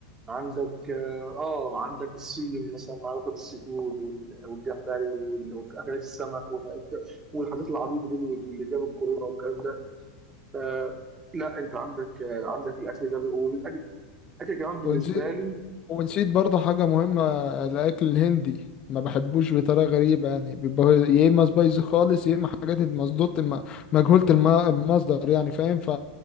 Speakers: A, on the right; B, on the left.
A: عندك اه آه، عندك السين مثلا معروفه بالسيفود وال- والجمبري وال- واكلات السمك والح- والحاجات العبيطه دي اللي اللي جاب الكورونا والكلام ده ف- لا انت عندك آه، عندك الاكل ده وبالاكل الاكل كمان بالنسبه
B: ونسيت
A: لي
B: ونسيت برضه حاجة مهمة الأكل الهندي ما بحبوش بطريقة غريبة يعني بيبقى يا إما سبايسي خالص يا إما حاجات مصدوط الم- مجهولة الم- المصدر يعني فاهم ف...